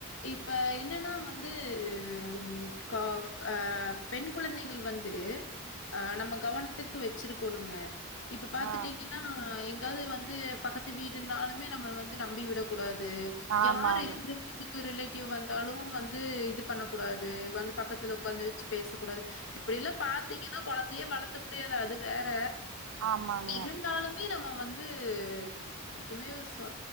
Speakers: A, on the left; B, on the right.
A: இப்ப என்னனா வந்து ம் கா அ பெண் குழந்தைகள் வந்து அ நம்ம கவனத்திற்கு வச்சிருக்குணுங்க இப்ப பாத்துட்டீங்கனா
B: ஆ
A: எங்யாது வந் து பக்கத்து வீடுனாலுமே நம்ம வந்து நம்பி விடக்கூடாது
B: ஆமாங்க
A: யாரு எந்த வீட் டுக்கு ரிலேட்டிவ் வந்தாலு வந்து இது பண்ண கூடாது வந்து பக்கத்துல உட்காந்து வச்சு பேசக்கூடாது இப்டிலா பாத்தீங்கனா கொழந்தையே வளக்க முடியாது அது வேற
B: ஆமாங்க
A: இருந்தாலுமே நம்ம வந்து து எனக்குமே சோ